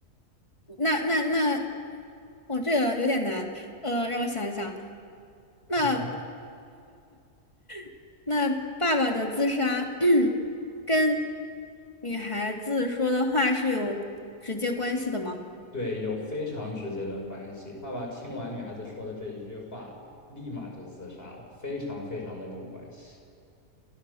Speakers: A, on the left; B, on the left.
A: 那那那，哦，这个有点难，呃，让我想一想，那
B: <laughs>
A: <laughs> 那爸爸的自杀 <coughs> <clears throat> 跟女孩子说的话是有直接关系的吗？
B: 对，有非常直接的关系。爸爸听完女孩子说的这一句话，立马就自杀了，非常非常的有关系。